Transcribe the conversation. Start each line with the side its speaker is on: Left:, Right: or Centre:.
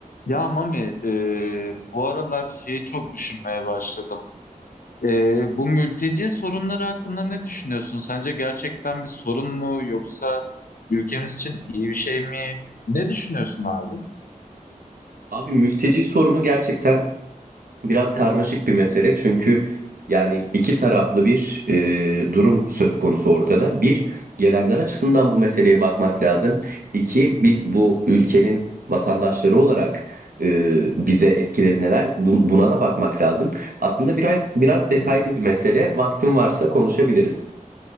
Left: Ya Mami, e, bu aralar şeyi çok düşünmeye başladım. E, bu mülteci sorunları hakkında ne düşünüyorsun? Sence gerçekten bir sorun mu yoksa ülkemiz için iyi bir şey mi? Ne düşünüyorsun abi?
Right: Abi mülteci sorunu gerçekten biraz karmaşık bir mesele. Çünkü yani iki taraflı bir e, durum söz konusu ortada. Bir, gelenler açısından bu meseleye bakmak lazım. İki, biz bu ülkenin vatandaşları olarak e, bize etkileri neler? Bu- buna da bakmak lazım. Aslında biraz biraz detaylı
Left: Hı?
Right: bir mesele. Vaktin varsa konuşabiliriz.